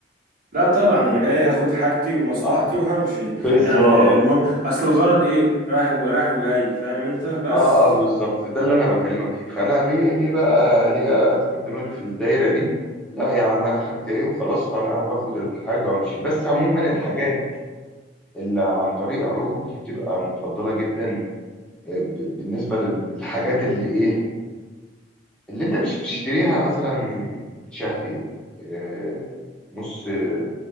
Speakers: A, on the right; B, in the centre.
A: لا طبعا أنا جاي هاخد حاجتي ومصلحتي
B: آه،
A: وهمشي
B: بالظبط
A: يعني المهم أصل الغرض إيه رايح ورايح وجاي فاهم أنت بس
B: اه اه بالظبط ده اللي انا بكلمك فيه فانا ليه ليه بقى ليه ادخل دماغي في الدايره دي لا يا عم انا حاجتي ايه وخلاص فانا باخد الحاجه وامشي بس عموما الحاجات اللي عن طريق عروض دي بتبقى مفضله جدا آه، ب- بالنسبه للحاجات اللي ايه اللي انت مش بتشتريها مثلا شهري آه، نص آه،